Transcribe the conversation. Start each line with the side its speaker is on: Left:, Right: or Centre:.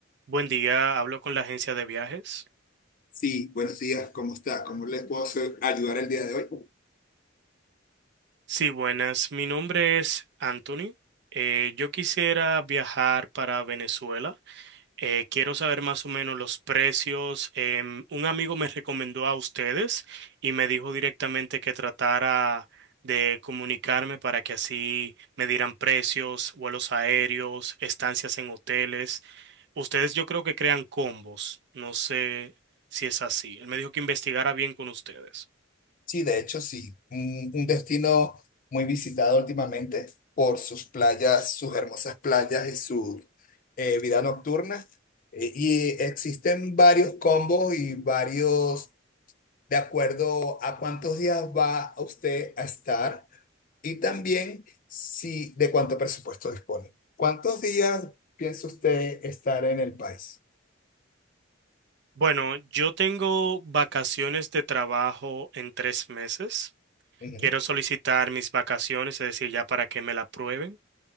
Right: Buen día, hablo con la agencia de viajes.
Left: Sí, buenos días, ¿cómo está? ¿Cómo les puedo hacer- ayudar el día de hoy?
Right: Sí, buenas, mi nombre es Anthony. Eh, yo quisiera viajar para Venezuela. Eh, quiero saber más o menos los precios. Em, un amigo me recomendó a ustedes y me dijo directamente que tratara de comunicarme para que así me dieran precios, vuelos aéreos, estancias en hoteles. Ustedes yo creo que crean combos. No sé si es así. Él me dijo que investigara bien con ustedes.
Left: Sí, de hecho, sí. Un, un destino muy visitado últimamente por sus playas, sus hermosas playas y su eh, vida nocturna. Eh, y existen varios combos y varios, de acuerdo a cuántos días va usted a estar y también si de cuánto presupuesto dispone. ¿Cuántos días piensa usted estar en el país?
Right: Bueno, yo tengo vacaciones de trabajo en tres meses.
Left: Ujú,
Right: Quiero solicitar mis vacaciones, es decir, ya para que me la aprueben.